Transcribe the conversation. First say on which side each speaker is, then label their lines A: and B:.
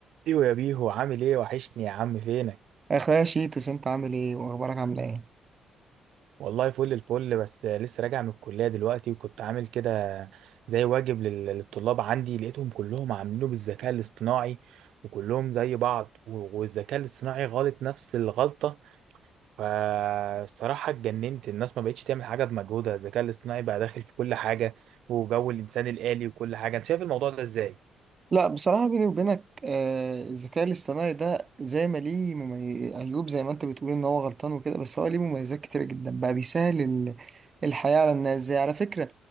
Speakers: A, on the right; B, on the right.
A: ايوه يا بيهو عامل ايه وحشني يا عم فينك
B: يا اخويا شيتوس انت عامل ايه واخبارك عامله ايه
A: والله فل الفل بس لسه راجع من الكلية دلوقتي وكنت عامل كده زي واجب لل- للطلاب عندي لقيتهم كلهم عاملينه بالذكاء الاصطناعي وكلهم زي بعض و- والذكاء الاصطناعي غلط نفس الغلطة فالصراحة اتجننت الناس ما بقتش تعمل حاجة بمجهودها الذكاء الاصطناعي بقى داخل في كل حاجة وجو الإنسان الآلي وكل حاجة انت شايف الموضوع ده ازاي؟
B: لا بصراحة بيني وبينك آه، الذكاء الاصطناعي ده زي ما ليه ممي... عيوب زي ما انت بتقول ان هو غلطان وكده بس هو ليه مميزات كتيرة جدا بقى بيسهل ال- الحياة على الناس زي على فكرة